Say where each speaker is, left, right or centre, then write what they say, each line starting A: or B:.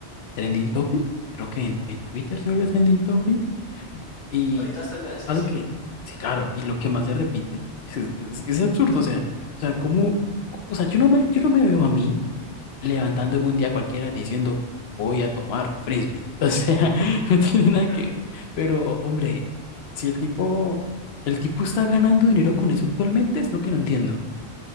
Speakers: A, on the left; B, on the left.
A: trending topic, creo que en, en Twitter se volvió trending topic. Y
B: Ahorita es tendencia,
A: algo
B: sí.
A: que, sí, claro, y lo que más se repite, <laughs> es, es que es absurdo, o sea, o sea, como, o sea, yo no me, yo no me veo a mí levantándome un día cualquiera diciendo, voy a tomar frisbee. <laughs> O sea, no tiene
B: <laughs>
A: nada que ver. Pero, hombre, si el tipo, el tipo está ganando dinero con eso actualmente, es lo que no entiendo.